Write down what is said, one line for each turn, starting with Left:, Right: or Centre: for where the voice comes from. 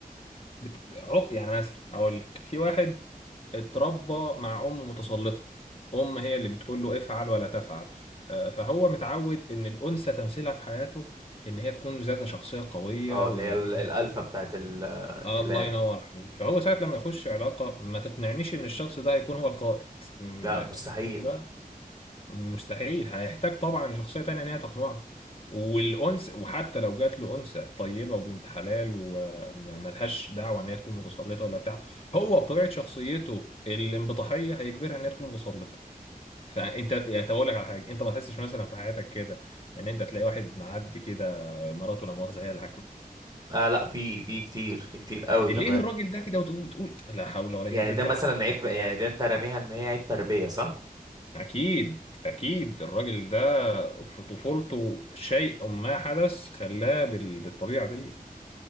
Left: بت... عق... يعني مثلا اقول لك في واحد اتربى مع ام متسلطة ام هي اللي بتقول له افعل ولا تفعل آه، فهو متعود ان الانثى تمثيلها في حياته ان هي تكون ذات شخصية قوية
Right: اه اللي
Left: وان
Right: هي ال-
Left: هي
Right: الالفة بتاعت ال- الكلام
Left: الله ينور عليك فهو ساعة لما يخش علاقة ما تقنعنيش ان الشخص ده هيكون هو القائد م-
Right: لا مستحيل
Left: فهمت بقى مستحيل هيحتاج طبعا شخصية تانية ان هي تقنعه والأنس وحتى لو جات له أنثى طيبة وبنت حلال وملهاش دعوة ان هي تكون متسلطة ولا بتاع هو بطبيعة شخصيته الانبطاحية هيجبرها ان هي تكون متسلطة فانت هقول لك على حاجة انت ما تحسش مثلا في حياتك كده ان انت تلاقي واحد معدي كده مراته لا مؤاخذة هي اللي
Right: آه لا في في كتير في كتير قوي
Left: ليه
Right: كمان
Left: الراجل ده كده وتقول تقول لا حول ولا
Right: يعني
Left: قوه الرجاله
Right: ده مثلا
Left: عصبية
Right: عيب
Left: يا
Right: يعني
Left: جدعان.
Right: ده انت راميها ان هي عيب تربية صح؟
Left: اكيد اكيد الراجل ده في طفولته شيء ما حدث خلاه بال- بالطبيعه دي